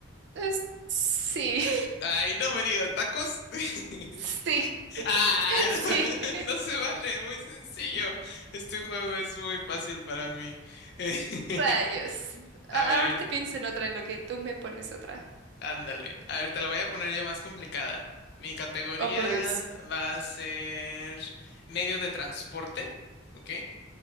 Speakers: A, on the right; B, on the left.
A: Es- sí.
B: Ay, no me digas, ¿tacos? <laughs>
A: <laughs> Sí.
B: Ah,
A: Sí, <laughs>
B: no, <laughs> no se vale, muy sencillo. Este juego es muy fácil para mí. <laughs>
A: rayos. A-
B: A ver,
A: ahorita pienso en otra, en lo que tú me pones otra.
B: ándale. A ver, te la voy a poner ya más complicada. Mi categoría
A: Oh, por Dios.
B: va a ser medio de transporte, ¿ok?